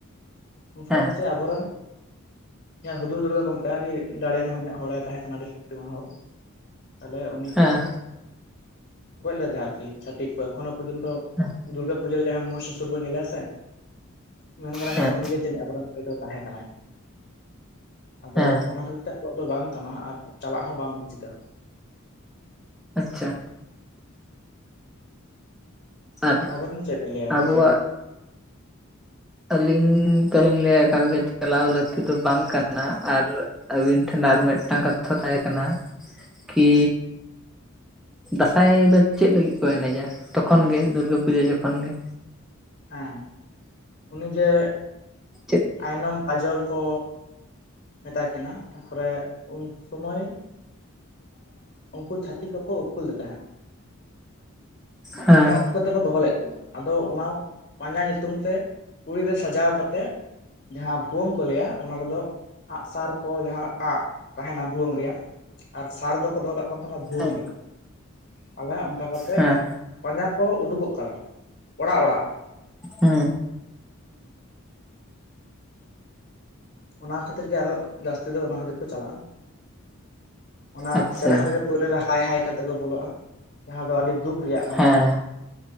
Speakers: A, on the left; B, in the centre.
A: ᱩᱱ ᱥᱚᱢᱚᱭ
B: ᱦᱮᱸ
A: ᱪᱮᱫ ᱟᱵᱚᱨᱮᱱ ᱦᱮᱸ ᱦᱩᱫᱩᱨ ᱫᱩᱨᱜᱟ ᱠᱚ ᱢᱮᱛᱟᱭᱼᱟ ᱟᱹᱰᱤ ᱫᱟᱲᱮ ᱧᱟᱢ ᱧᱚᱜ ᱦᱚᱲᱮ ᱛᱟᱦᱮᱸ ᱠᱟᱱᱟ ᱟᱹᱰᱤ ᱥᱚᱠᱛᱤ ᱢᱟᱱ ᱦᱚᱲ ᱛᱟᱦᱚᱞᱮ ᱩᱱᱤ
B: ᱦᱮᱸ
A: ᱠᱚ ᱜᱚᱡ ᱞᱮᱫ ᱛᱟᱦᱮᱸ ᱟᱨᱠᱤ ᱪᱷᱟᱹᱛᱤᱠ ᱮᱠᱷᱚᱱᱳ ᱯᱚᱨᱡᱚᱱᱛᱚ
B: ᱦᱮᱸ
A: ᱫᱩᱨᱜᱟ ᱯᱩᱡᱟ ᱨᱮ ᱡᱟᱦᱟᱸ ᱢᱚᱦᱥᱟᱥᱩᱨ ᱵᱚᱱ ᱧᱮᱞᱮᱭᱟ ᱥᱮ ᱢᱮᱱ ᱜᱚᱫᱚᱜ
B: ᱦᱮᱸ
A: ᱡᱤᱡ ᱩᱱᱤᱜᱮ ᱡᱟᱹᱱᱤᱡ ᱟᱵᱚᱨᱮᱱ ᱦᱚᱭ ᱫᱚ ᱛᱟᱦᱮᱸ ᱠᱟᱱᱟᱭ ᱟᱫᱚ
B: ᱦᱮᱸ
A: ᱚᱱᱟ ᱠᱷᱟᱹᱛᱤᱨ ᱛᱮ ᱟᱞᱚᱣᱟᱜ ᱫᱚ ᱵᱟᱝ ᱠᱟᱱᱟ ᱟᱨ ᱪᱟᱞᱟᱜ ᱦᱚᱸ ᱵᱟᱝ ᱩᱪᱤᱛᱟ
B: ᱟᱪᱪᱷᱟ ᱟᱨ
A: ᱟᱵᱮᱱ ᱪᱮᱫ ᱵᱮᱱ ᱞᱟᱹᱭᱟ ᱚᱱᱟ
B: ᱟᱵᱚᱣᱟᱜ
A: ᱱᱤᱭᱮ
B: ᱟᱹᱞᱤᱧ ᱛᱚᱞᱞᱤᱧ ᱞᱟᱹᱭᱟ ᱮᱠᱟᱞᱜᱮ ᱪᱟᱞᱟᱣ ᱞᱟᱹᱠᱛᱤ ᱫᱚ ᱵᱟᱝ ᱠᱟᱱᱟ ᱟᱨ ᱟᱹᱵᱤᱱ ᱴᱷᱮᱱ ᱟᱨ ᱢᱤᱫᱴᱟᱱ ᱠᱟᱛᱷᱟ ᱛᱟᱦᱮᱸᱟᱸ ᱠᱟᱱᱟ ᱠᱤ ᱫᱟᱸᱥᱟᱭ ᱫᱚ ᱪᱮᱫ ᱞᱟᱹᱜᱤᱫ ᱠᱚ ᱮᱱᱮᱡᱟ ᱛᱚᱠᱷᱚᱱ ᱜᱮ ᱫᱩᱨᱜᱟᱹ ᱯᱩᱡᱟᱹ ᱡᱚᱠᱷᱚᱱ ᱜᱮ
A: ᱦᱮᱸ ᱩᱱᱤ ᱡᱮ
B: ᱪᱮᱫ
A: ᱟᱭᱱᱚᱢ ᱠᱟᱡᱚᱞ ᱠᱚ ᱢᱮᱛᱟᱭ ᱠᱤᱱᱟᱹ ᱛᱟᱨᱯᱚᱨᱮ ᱩᱱ ᱥᱚᱢᱚᱭ ᱩᱱᱠᱩ ᱪᱷᱟᱹᱛᱤᱠ ᱠᱚᱠᱚ ᱩᱠᱩ ᱞᱮᱫ ᱛᱟᱦᱮᱸᱫ
B: ᱦᱮᱸ
A: ᱢᱟᱱᱮ ᱩᱠᱩ ᱠᱟᱛᱮ ᱠᱚ ᱫᱚᱦᱚ ᱞᱮᱫ ᱠᱚᱣᱟ ᱟᱫᱚ ᱚᱱᱟ ᱯᱟᱸᱡᱟ ᱧᱩᱛᱩᱢ ᱛᱮ ᱠᱩᱲᱤ ᱫᱚ ᱥᱟᱡᱟᱣ ᱠᱟᱛᱮᱫ ᱡᱟᱦᱟᱸ ᱵᱷᱩᱣᱟᱹᱝ ᱠᱚ ᱞᱟᱹᱭᱟ ᱚᱱᱟ ᱨᱮᱫᱚ ᱟᱸᱜ ᱥᱟᱨ ᱠᱚ ᱡᱟᱦᱟᱸ ᱟᱸᱜ ᱛᱟᱦᱮᱱᱟ ᱵᱷᱩᱣᱟᱹᱝ ᱨᱮᱭᱟᱜ ᱟᱨ ᱥᱟᱨ ᱫᱚᱠᱚ ᱫᱚᱦᱚ ᱠᱟᱜ ᱵᱷᱣᱟᱹᱝ
B: ᱦᱮᱸ
A: ᱨᱮ ᱟᱞᱮ ᱚᱱᱠᱟ ᱠᱟᱛᱮ
B: ᱦᱮᱸ
A: ᱯᱟᱸᱡᱟ ᱠᱚ ᱩᱰᱩᱠᱚᱜ ᱠᱟᱱᱟ ᱚᱲᱟᱜ ᱚᱲᱟᱜ
B: ᱦᱮᱸ
A: ᱚᱱᱟ ᱠᱷᱟᱹᱛᱤᱨ ᱜᱮ ᱟᱨᱚ ᱡᱟᱹᱥᱛᱤ ᱫᱚ ᱚᱱᱟ ᱠᱷᱟᱹᱛᱤᱨ ᱠᱚ ᱪᱟᱞᱟᱜᱼᱟ ᱚᱱᱟ
B: ᱟᱪᱪᱷᱟ
A: ᱥᱮᱨᱮᱧ ᱨᱮᱜᱮ ᱯᱳᱭᱞᱳ ᱨᱮ ᱦᱟᱭ ᱦᱟᱭ ᱠᱟᱛᱮ ᱠᱚ ᱵᱚᱞᱚᱜᱼᱟ ᱡᱟᱦᱟᱸ ᱫᱚ ᱟᱹᱰᱤ ᱫᱩᱠ ᱨᱮᱭᱟᱜ ᱠᱟᱱᱟ
B: ᱦᱮᱸ